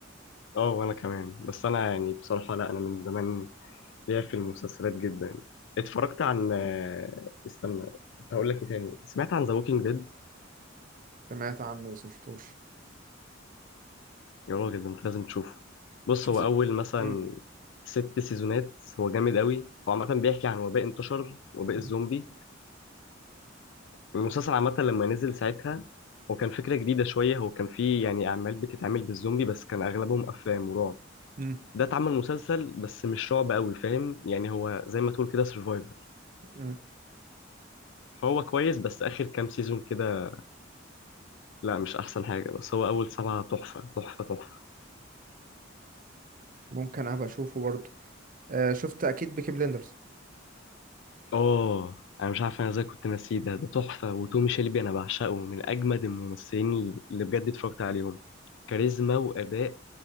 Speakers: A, on the left; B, on the right.
A: اه وانا كمان بس انا يعني بصراحه لا انا من زمان ليا في المسلسلات جدا اتفرجت عن آه، استنى كنت هقول لك ايه تاني سمعت عن ذا ووكينج ديد
B: سمعت عنه بس مشفتوش
A: يا راجل ده انت لازم تشوفه بص
B: شفت
A: هو اول مثلا
B: مم.
A: ست سيزونات هو جامد قوي هو عامه بيحكي عن وباء انتشر وباء
B: مم.
A: الزومبي فالمسلسل عامه لما نزل ساعتها هو كان فكره جديده شويه هو كان فيه يعني اعمال بتتعمل بالزومبي بس كان اغلبهم افلام ورعب
B: مم.
A: ده اتعمل مسلسل بس مش رعب قوي فاهم يعني هو زي ما تقول كده سرفايفر
B: مم.
A: فهو كويس بس اخر كام سيزون كده لا مش احسن حاجه بس هو اول سبعه تحفه تحفه تحفه
B: ممكن ابقى اشوفه برضو آه، شفت اكيد بيكي بليندرز
A: اه انا مش عارف انا ازاي كنت ناسيه ده ده تحفه وتومي شيلبي انا بعشقه من اجمد الممثلين اللي بجد اتفرجت عليهم كاريزما واداء